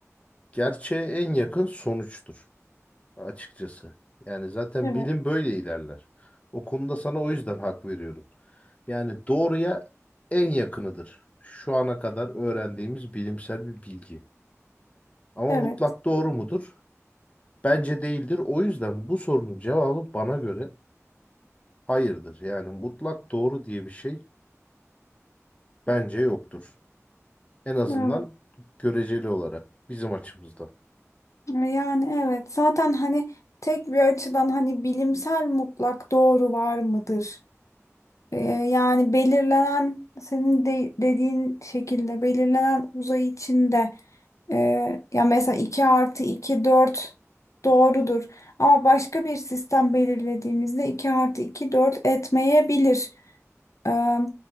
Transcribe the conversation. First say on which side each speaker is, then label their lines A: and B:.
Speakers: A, on the left; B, on the left.
A: gerçeğe en yakın sonuçtur. açıkçası. Yani zaten
B: Evet,
A: bilim böyle ilerler. O konuda sana o yüzden hak veriyorum. Yani doğruya en yakınıdır. Şu ana kadar öğrendiğimiz bilimsel bir bilgi. Ama
B: evet.
A: mutlak doğru mudur? Bence değildir. O yüzden bu sorunun cevabı bana göre hayırdır. Yani mutlak doğru diye bir şey bence yoktur. En azından
B: evet.
A: göreceli olarak bizim açımızdan.
B: Yani evet zaten hani tek bir açıdan hani bilimsel mutlak doğru var mıdır? Ee, yani belirlenen senin de- dediğin şekilde belirlenen uzay içinde e, ya mesela 2 artı 2 4 doğrudur. Ama başka bir sistem belirlediğimizde 2 artı 2 4 etmeyebilir. Ee,